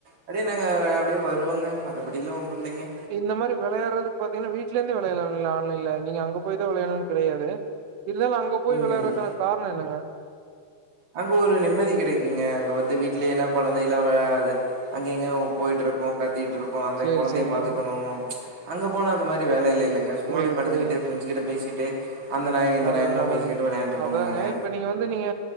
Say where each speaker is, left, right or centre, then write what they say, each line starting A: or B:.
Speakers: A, on the right (about 50°); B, on the right (about 85°).
A: அப்டியே நாங்க அப்டியே வ ருவங்க மத்தபடிலா ஒன்னு இல்லைங்க
B: இந்த மாரி விளையாறக்கு பாத்தீங்ன்னா வீட்ல இருந்தெ விளையாலா ஆன்லைன்ல நீங்க அங்கா போய்தா விளையாணுனு கிடையாது இல்லனா அங்க போய்
A: ம்
B: வெளயாறக்கான காரண என்னங்க
A: அங்க ஒரு நிம்மதி கிடைக்குங்க அங்க வந்து வீட்டுல என்ன குழந்தை எல்லா விழது அங்க இங்க போயிட்ருக்கு கத்திட்ருக் கு அந்த
B: சேரி
A: குழந்தைய
B: சேரிங்க
A: பாத்துக்கணு அங்க போனா அந்த மாரி வேல இல்லலங்க சும்மா
B: புரியுது
A: அப்டியே படுத்துகிட்டு
B: புரியுது
A: ஃப்ரெண்ட்ஸ் கிட்ட பேசிட்டு அந்த நாயோ இந்த
B: நல்லது
A: நாயம்லா
B: நல்லதுங்க
A: பேசிட்டு விளையாண்ட்டு இருப்போம்லங்க
B: அதாங்க இப்ப நீங்க வந்து நீங்க